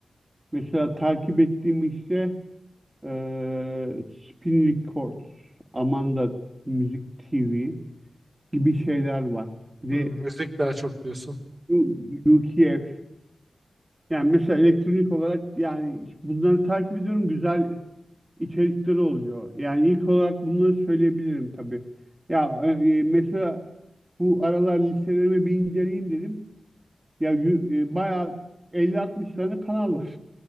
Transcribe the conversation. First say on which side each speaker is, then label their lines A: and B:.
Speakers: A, on the right (about 25°); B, on the right (about 40°).
A: Mesela takip ettiğim işte eee Spin Records, Amanda Music TV gibi şeyler var. Bir
B: Hmm,
A: de
B: müzik daha çok diyorsun.
A: U- UKF. Yani mesela elektronik olarak yani işte bunları takip ediyorum. Güzel içerikleri oluyor. Yani ilk olarak bunları söyleyebilirim tabii. Ya e, e, mesela bu aralar listelerimi bir inceleyeyim dedim. Ya yü- e, bayağı 50-60 tane kanal var.